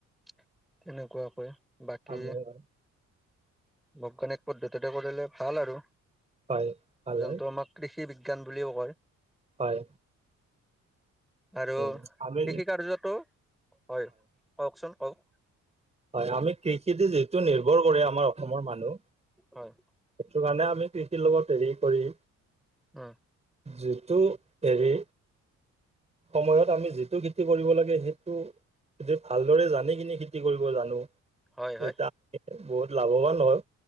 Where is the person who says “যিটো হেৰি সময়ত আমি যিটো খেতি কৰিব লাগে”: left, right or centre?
Right